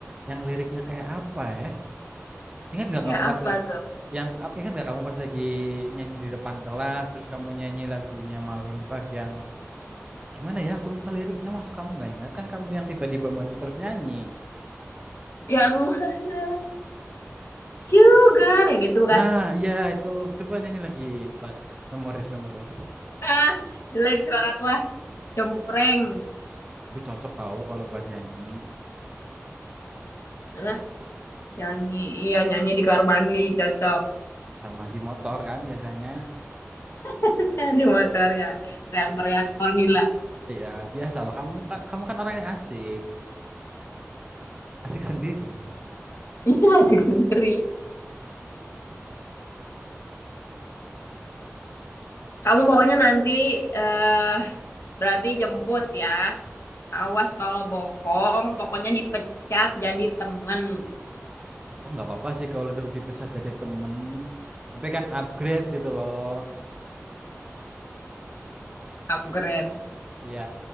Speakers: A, on the right (about 20°); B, on the left (about 60°).
A: Yang liriknya kayak apa ya? Ingat nggak
B: Iya,
A: kamu
B: apa
A: pas
B: tuh
A: yang ingat nggak kamu pas lagi nyanyi di depan kelas, terus kamu nyanyi lagunya Maroon Five yang gimana ya? Aku lupa liriknya. Masa kamu nggak ingat? Kan kamu yang tiba-tiba maju terus nyanyi.
B: Yang mana? Sugar yang itu bukan.
A: Nah, iya itu. Coba nyanyi lagi buat memoris-memoris.
B: Ah, jelek suaraku ah, cempreng.
A: Tapi cocok tahu kalau buat nyanyi
B: Lah, nyanyi. Iya, nyanyi di kamar mandi cocok.
A: sama di motor kan biasanya.
B: <laughs> Di motor ya. Teriak-teriak orang gila. <laughs>
A: Iya, biasalah. Kamu kan kamu kan orangnya asik, asik sendiri.
B: Iya, asik sendiri. Kamu pokoknya nanti eh berarti jemput ya. Awas kalau bohong, pokoknya dipecat jadi temen.
A: Oh, nggak apa-apa sih kalau udah dipecah jadi temen. Tapi kan upgrade gitu loh.
B: Aku keren.
A: Iya.